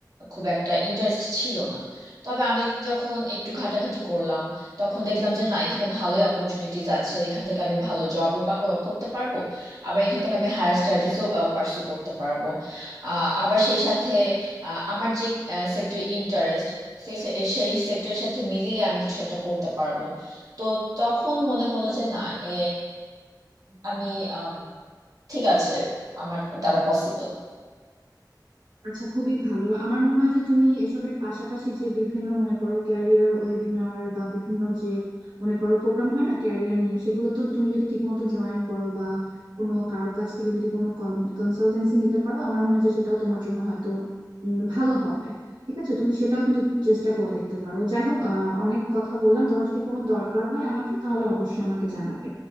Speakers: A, on the right (about 50°); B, on the right (about 75°).
A: খুব একটা ইন্টারেস্ট ছিল না তবে আমি যখন একটু ঘাটাঘাটি করলাম তখন দেখলাম যে না এখানে ভালোই অপরচুনিটিজ আছে এখান থেকে আমি ভালো জবও করতে পারবো আবার এখান থেকে আমি হায়ার স্টাডিজও পার্সু করতে পারবো আহ, আবার সেই সাথে আহ, আমার যে সেক্টর ইন্টারেস্ট সে সে- সেই সেক্টরের সাথে মিলিয়ে আমি কিছু একটা করতে পারবো তো তখন মনে হলো যে না এ, আমি আম, ঠিক আছে আমার দ্বারা পসিবল
B: আচ্ছা খুবই ভালো আমার মনে হয় যে তুমি এসবের পাশাপাশি যে বিভিন্ন মনে করো ক্যারিয়ার ওয়েবিনার বা বিভিন্ন যে মনে করো প্রোগ্রাম হয় না ক্যারিয়ার নিয়ে সেগুলো তো তুমি যদি ঠিকমতো জয়েন করো বা কোনো কারো কাছ থেকে যদি কোনো কনসালটেন্সি নিতে পারো আমার মনে হয় যে সেটাও তোমার জন্য হয়তো উম, ভালো হবে ঠিক আছে তুমি সেটাও কিন্তু চেষ্টা করে দেখতে পারো যাই হোক আহ, অনেক কথা বললাম তোমার যদি কোনো দরকার হয় আমাকে তাহলে অবশ্যই আমাকে জানাবে